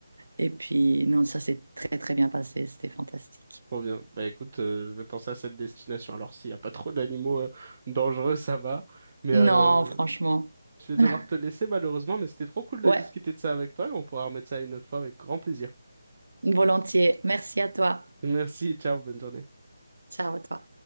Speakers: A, on the right; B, on the right.
A: Et puis non, ça s'est très très bien passé, c'était fantastique.
B: Trop bien. Bah écoute, euh, je vais penser à cette destination. Alors s'il n'y a pas trop d'animaux euh, dangereux, ça va. Mais
A: Non,
B: euh,
A: franchement,
B: je vais devoir
A: <laughs>
B: te laisser malheureusement, mais c'était trop cool de
A: ouais.
B: discuter de ça avec toi et on pourra remettre ça une autre fois avec grand plaisir.
A: Volontiers. Merci à toi.
B: Merci, ciao, bonne journée.
A: Ciao à toi.